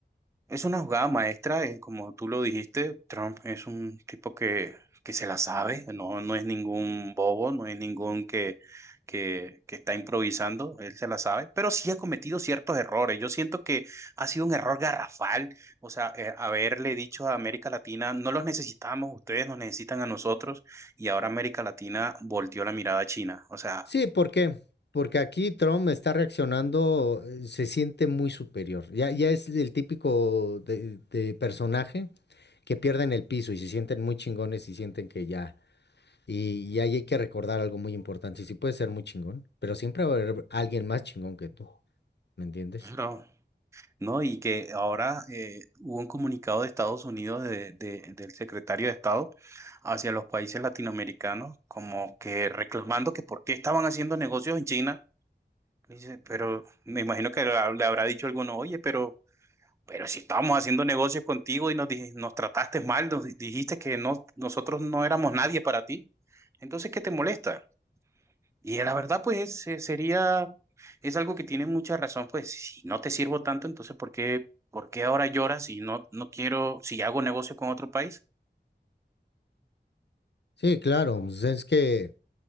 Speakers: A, on the right (about 15°); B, on the left (about 70°).
A: Es una jugada maestra, eh, como tú lo dijiste, Trump es un tipo que, que se la sabe, no, no es ningún bobo, no es ningún que, que, que está improvisando, él se la sabe, pero sí ha cometido ciertos errores. Yo siento que ha sido un error garrafal, o sea, eh, haberle dicho a América Latina, no los necesitamos, ustedes nos necesitan a nosotros, y ahora América Latina volteó la mirada a China. O sea,
B: Sí, ¿por qué? Porque aquí Trump está reaccionando, eh, se siente muy superior. Ya, ya es el típico de, de personaje que pierden el piso y se sienten muy chingones y sienten que ya. Y, y ahí hay que recordar algo muy importante. Sí, sí puedes ser muy chingón, pero siempre va a haber alguien más chingón que tú. ¿Me entiendes?
A: bro, No, y que ahora eh, hubo un comunicado de Estados Unidos de- de- del secretario de Estado hacia los países latinoamericanos, como que reclamando que por qué estaban haciendo negocios en China. Dice, pero me imagino que le ha- le habrá dicho alguno, oye, pero, pero si estábamos haciendo negocios contigo y nos, dij- nos trataste mal, nos di- dijiste que no, nosotros no éramos nadie para ti, entonces, ¿qué te molesta? Y la verdad, pues eh, sería, es algo que tiene mucha razón, pues si no te sirvo tanto, entonces ¿por qué, por qué ahora lloras si no, no quiero, si hago negocio con otro país?
B: Sí, claro. pues Es que,